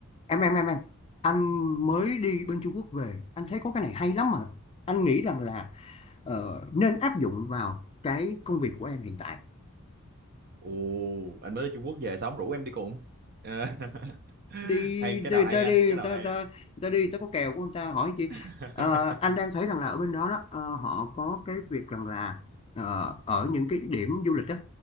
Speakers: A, on the left; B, on the right.
A: em em em em anh mới đi bên Trung Quốc về anh thấy có cái này hay lắm mà anh nghĩ rằng là ờ, nên áp dụng vào cái công việc của em hiện tại
B: Ồ, anh mới đi Trung Quốc về xong rủ em đi cùng. À, <laughs>
A: đi,
B: hay
A: đi
B: cái nào
A: người
B: hay
A: ta
B: anh,
A: đi người
B: cái nào
A: ta,
B: hay
A: ta
B: anh.
A: người ta đi người ta có kèo của người ta hỏi chị
B: <laughs>
A: "Ờ, anh đang thấy rằng là ở bên đó đó ờ, họ có cái việc rằng là ờ, ở những cái điểm du lịch đó